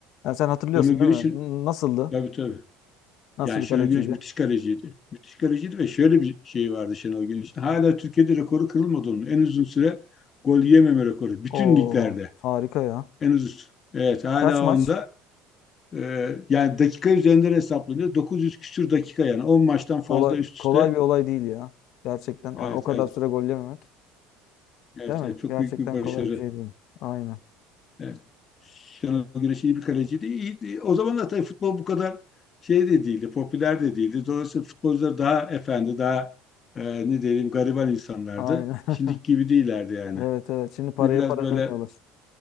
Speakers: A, on the left; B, on the left.
A: Yani sen hatırlıyorsun
B: Şenol Güneş'in
A: değil mi? N- Nasıldı?
B: tabii tabii.
A: Nasıl
B: Yani
A: bir
B: Şenol
A: kaleciydi?
B: Güneş müthiş kaleciydi. Müthiş kaleciydi ve şöyle bir şey vardı Şenol Güneş'in. Hala Türkiye'de rekoru kırılmadı onun. En uzun süre gol yememe rekoru. Bütün
A: O
B: liglerde.
A: harika ya.
B: En uzun. Evet hala
A: Kaç maç?
B: onda. Ee, yani dakika üzerinden hesaplanıyor. 900 küsür dakika yani. 10 maçtan fazla
A: Kolay
B: üst
A: kolay
B: üste.
A: bir olay değil ya. Gerçekten yani
B: Evet,
A: o kadar
B: evet.
A: süre gol yememek,
B: Evet,
A: değil mi?
B: evet, çok
A: Gerçekten
B: büyük bir başarı.
A: kolay bir şey değil. Aynen.
B: Evet. Şenol Güneş iyi bir kaleciydi. İyiydi. O zamanlar tabii futbol bu kadar şey de değildi, popüler de değildi. Dolayısıyla futbolcular daha efendi, daha e, ne diyelim gariban insanlardı.
A: Aynen. <laughs>
B: Şimdiki gibi değillerdi yani.
A: Evet evet. Şimdi paraya
B: Şimdi biraz
A: para
B: böyle
A: demiyorlar.